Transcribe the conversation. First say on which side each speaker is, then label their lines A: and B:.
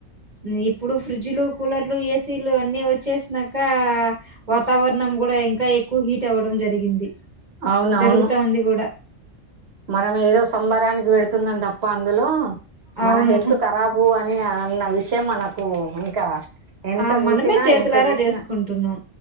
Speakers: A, on the right (about 35°); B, on the right (about 55°).
A: నిప్పుడు ఫ్రిడ్జ్లు కూలర్లు ఏసీలు అన్నీ వచ్చేసి నాకా వాతావరణం కూడా ఇంకా ఎక్కువ హీట్ అవ్వడం జరిగింది
B: అవునవును
A: జరుగుతా ఉంది కూడా
B: మనం ఏదో సంబరానికి పెడ్ తున్నాం తప్ప అందులో
A: అవును.
B: మన హెల్త్ కరాబు అని ఏ మనకు ఇంకా ఎంత
A: ఆ!
B: చూసినా
A: మనమే చేతులారా
B: ఎంత చేసినా
A: జేసుకుంటున్నాం.